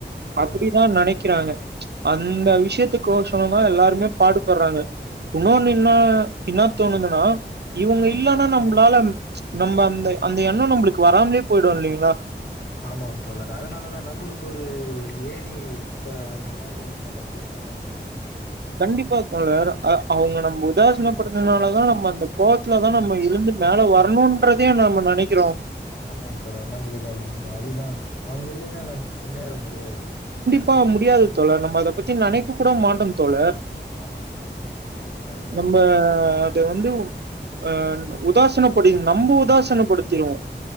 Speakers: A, on the left; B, on the right.
A: அதுதான்
B: அப்படிதா
A: தோழர்
B: நெனைக்கிறாங்க அந்த விஷயத்துக் கோசரம் தான் எல்லாருமே பாடுபடுறாங்க உன்னொன்னு இன்னா இன்னா தோணுதுன்னா இவங்க இல்லன்னா நம்பளால நம்ம அந்த அந்த எண்ணம் நம்பளுக்கு வராமலயே போயிடும் இல்லைங்களா
A: ஆமாம் தோழர் அதனாலதான் நம்புளுக்கு ஒரு ஏனி இப்ப அந்த மாதிரி தோழரு இவங்க நம்புளுக்கு
B: கண்டிப்பா தோழர் அ அவங்க நம்ப உதாசனைப்படுறதுனால தான் நம்ம அந்த கோவத்துல தான் நம்ம எ இருந்து மேல
A: ஆஹ்
B: வரணும்ன்றதயே நாம நனக்கிறோம்
A: ஆமாம் தோழரே நம்மளுக்கு அது அதுதான் அவங்க இல்லன்னா நம் முன்னேற முடியாது
B: பா முடியாது தொள்ள நம்ம அதை பத்தி
A: ஆஹ்
B: நனக்க கூட மாடோம் தோழர்
A: ஆமாம் தோழர் அதுதான்
B: நம்ம
A: தோழர்
B: அதை வந்து அஹ் உதாசனப்படி நம்ப உதாசனப்படுத்திருவோம்